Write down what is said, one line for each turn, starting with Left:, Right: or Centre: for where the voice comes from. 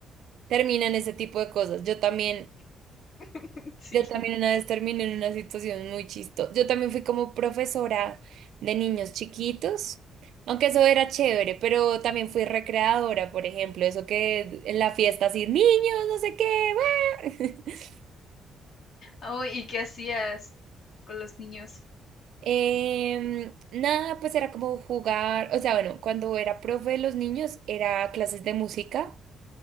Right: terminan ese tipo de cosas. Yo también,
Left: <laughs> Sí.
Right: yo también una vez terminé en una situación muy chistosa. Yo también fui como profesora de niños chiquitos, aunque eso era chévere, pero también fui recreadora, por ejemplo, eso que en la fiesta así, niños, no sé qué, ¡guau! <laughs>
Left: Oh, ¿y qué hacías con los niños?
Right: Em, nada, pues era como jugar, o sea, bueno, cuando era profe de los niños era clases de música